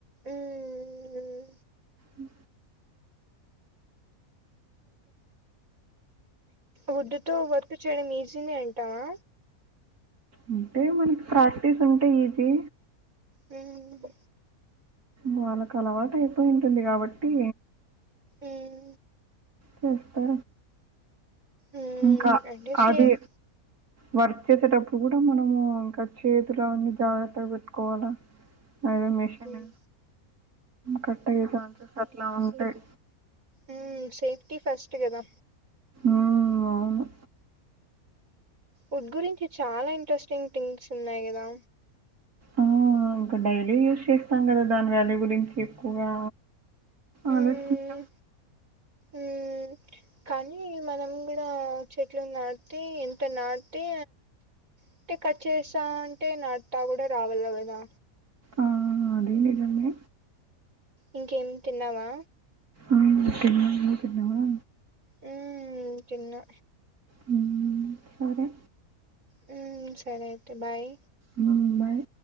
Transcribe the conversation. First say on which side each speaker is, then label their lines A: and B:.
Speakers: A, on the right; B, on the right.
A: మ్మ్
B: ఉ
A: ఉడ్ తో వర్క్ చేయడం ఈజీనే అంటావా?
B: అంటే మనకి ప్రాక్టీస్ ఉంటే ఈజీ.
A: మ్మ్
B: వాళ్ళకు అలవాటు అయిపోయింటాది కాబట్టి.
A: మ్మ్
B: చెప్పు
A: మ్మ్
B: ఇంకా
A: అంటే సేఫ్
B: అది వర్క్ చేసేటప్పుడు కూడా మనము ఇంకా చేతులు అన్నీ జాగ్రత్తగా పెట్టుకోవాల. అదే మేషన్
A: అ
B: కటైయ్యే ఛాన్సెస్ అట్లా ఉంటాయి
A: ఉమ్ సేఫ్టీ ఫస్ట్. గదా
B: ఆ అవును
A: ఉడ్ గురించి చాలా ఇంట్రెస్టింగ్ థింగ్స్ ఉన్నాయి గదా.
B: ఆ ఇంకా డైలీ యూజ్ చేస్తాం కదా దాని వాల్యూ గురించి ఎక్కువగా. అలోచించ
A: ఉమ్ ఉమ్ కానీ మనం గూడా. చెట్లు నాటి ఎంటా నాటి అంటే కట్ చేస్తా అంటే నాట్టా కూడా రావాల గదా.
B: ఆ అదే నిజమే.
A: ఇంకేం తిన్నావా.
B: ఆ తిన్నా నువ్వు తిన్నావా.
A: ఉమ్మ్ తిన్నా.
B: హ్మ్మ్ సరే.
A: హ్మ్మ్ సరే అయితే బాయ్.
B: హ్మ్మ్ బాయ్.